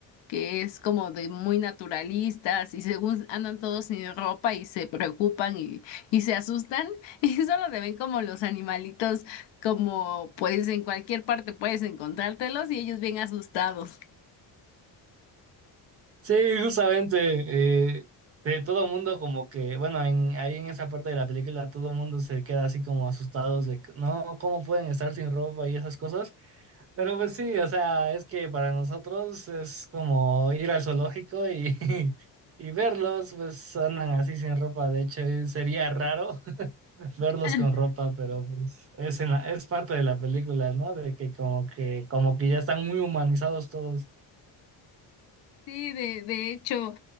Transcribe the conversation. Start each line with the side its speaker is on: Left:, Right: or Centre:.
Left: que es como de muy naturalistas y según andan todos sin ropa y se preocupan y, y se asustan <laughs> y solo se ven como los animalitos, como pues en cualquier parte puedes encontrártelos y ellos bien asustados.
Right: Sí, justamente, eh, que todo el mundo como que, bueno, en, ahí en esa parte de la película todo el mundo se queda así como asustados de, que, no, ¿cómo pueden estar sin ropa y esas cosas? Pero pues sí, o sea, es que para nosotros es como ir al zoológico y, <laughs> y verlos, pues andan así sin ropa, de hecho y sería raro <laughs> verlos
Left: <laughs>
Right: con ropa, pero pues es, en la- es parte de la película, ¿no? De que como que, como que ya están muy humanizados todos.
Left: Sí, de, de hecho,